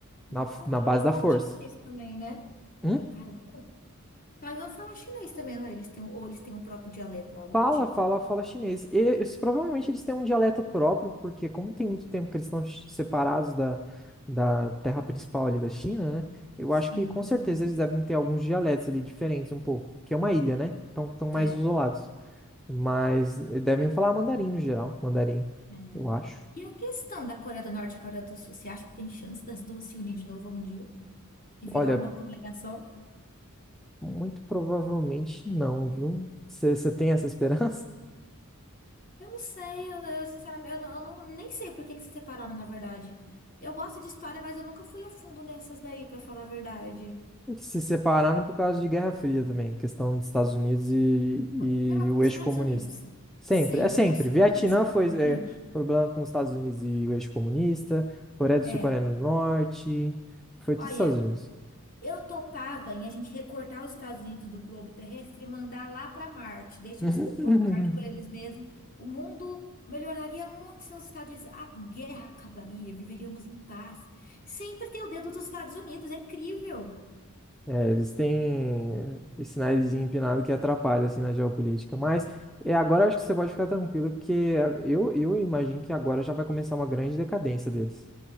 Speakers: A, in the centre; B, on the left.
A: na,
B: Ah,
A: f- na
B: Taiwan
A: base da
B: fala
A: força.
B: chinês também, né?
A: Hum?
B: Ué, cara, Taiwan fala chinês também, não é? Eles têm, um- ou eles têm um próprio dialeto, algo
A: Fala,
B: do tipo.
A: fala, fala chinês. E eles- provavelmente eles têm um dialeto próprio, porque como tem muito tempo que eles estão ch- separados da, da terra principal ali da China, né? Eu
B: Sim.
A: acho que com certeza eles devem ter alguns dialetos ali diferentes um pouco, porque é uma ilha, né? Então estão mais
B: É,
A: isolados. Mas devem falar mandarim no geral, mandarim,
B: é.
A: eu acho.
B: E a questão da Coreia do Norte e Coreia do Sul, você acha que tem chance das duas se unir de novo algum dia e virar
A: Olha,
B: uma Coreia só?
A: muito provavelmente não, viu? Você tem essa esperança?
B: Eu não sei, eu, eu, sinceramente, eu, não, eu não- nem sei por que que se separaram, na verdade. Eu gosto de história, mas eu nunca fui a fundo nessas daí, pra falar a verdade.
A: <laughs> Eles se separaram por causa de Guerra Fria também, questão dos Estados Unidos e, e
B: Mesma coisa,
A: o
B: Estados
A: eixo comunista.
B: Unidos.
A: Sempre,
B: Sempre.
A: é sempre.
B: Nossa,
A: Vietnã
B: eu odeio esse lugar,
A: foi
B: gente.
A: é, problema com os Estados Unidos e o eixo comunista, Coreia do
B: É,
A: Sul, Coreia do Norte, foi
B: olha,
A: tudo Estados Unidos.
B: Eu topava em a gente recortar os Estados Unidos do globo terrestre e mandar lá para Marte. Deixa
A: <laughs>
B: eles popular Marte por eles mesmos. O mundo melhoraria muito se os Estados Unidos. A guerra acabaria, viveríamos em paz. Sempre tem o dedo dos Estados Unidos, é incrível.
A: É, eles têm esse narizinho empinado que atrapalha, assim, na geopolítica. Mas é, agora eu acho que você pode ficar tranquilo, porque a- eu, eu imagino que agora já vai começar uma grande decadência deles.